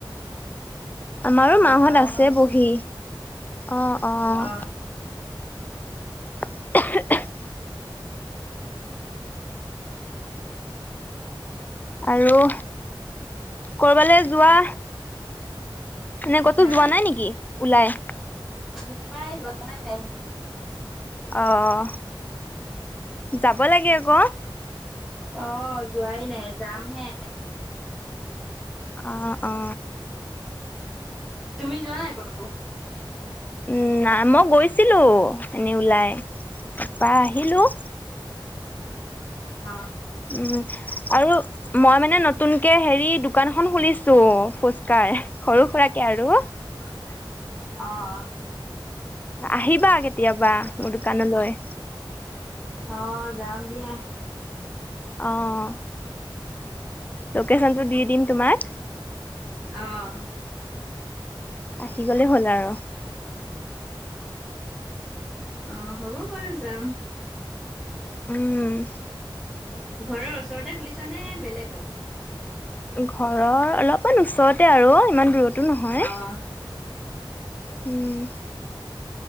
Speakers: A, on the left; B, in the centre.
A: আমাৰো মাঁহত
B: বতাহও
A: আছে
B: মাৰিছিল
A: বহি, অঁ অঁ।
B: অ',
A: <unintelligible> আৰু কৰবালে যোৱা? নে ক'তো
B: হা?
A: যোৱা নাই নেকি ওলাই?
B: ওলাই যোৱা নাই।
A: অ অ' যাব লাগে আক।
B: অ' যোৱাই নাই যামহে।
A: অঁ অঁ'
B: তুমি যোৱা নাই ক'তো?
A: উম' না মই গৈছিলোঁ এনেই ওলাই তাপা আহিলোঁ।
B: অঁ'
A: উম' আৰু মই মানে নতুনকে হেৰি দোকান এখন খুলিছো, ফুচ- কাৰ সৰু-সুৰাকে আৰু।
B: অঁ অঁ'
A: আহিবা কেতিয়াবা, মোৰ দোকানলৈ।
B: অঁ' যাম দিয়া।
A: অঁ' লোকেশ্যনটো দি দিম তোমাক।
B: অঁ'
A: আহি গ'লেই হ'ল আৰু।
B: অঁ' হ'ব বাৰু যাম।
A: উম'।
B: ঘৰৰ ওচৰতে খুলিছা নে, বেলেগত?
A: ঘৰৰ অলপমান ওচৰতে আৰু, ইমান দূৰতো নহয়।
B: অ',
A: উম।